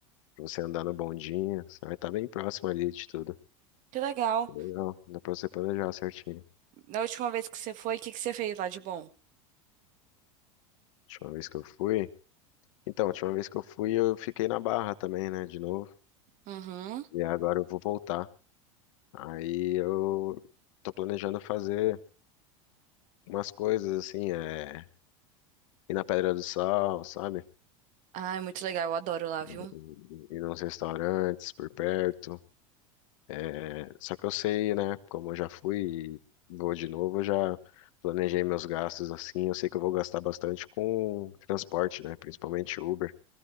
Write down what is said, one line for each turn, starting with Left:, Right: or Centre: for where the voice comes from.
Left: Pra você andar no bondinho, você vai estar bem próximo ali de tudo.
Right: que legal.
Left: Legal, dá pra você planejar certinho.
Right: Da última vez que você foi, o que que você fez lá de bom?
Left: Última vez que eu fui. Então, a última vez que eu fui, eu fiquei na Barra também, né? De novo.
Right: Uhum.
Left: E agora eu vou voltar. Aí eu tô planejando fazer umas coisas assim, é, ir na Pedra do Sal, sabe?
Right: Ai, muito legal, eu adoro lá,
Left: Ir
Right: viu?
Left: ir nos restaurantes por perto. É, só que eu sei, né? Como eu já fui e vou de novo, eu já planejei meus gastos assim. Eu sei que eu vou gastar bastante com transporte, né? Principalmente Uber,